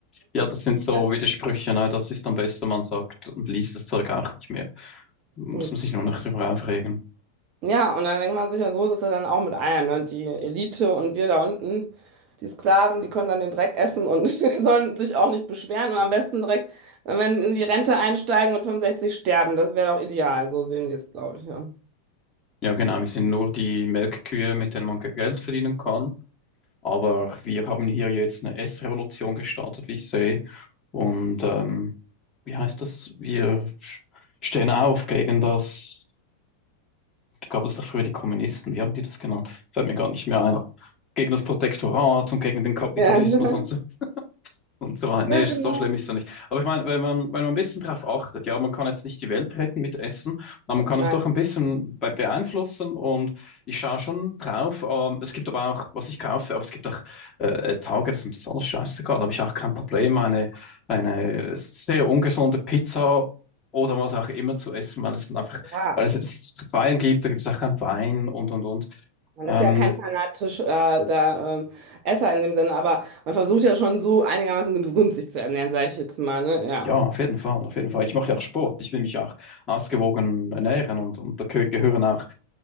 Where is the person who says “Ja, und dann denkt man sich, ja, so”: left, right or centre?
Right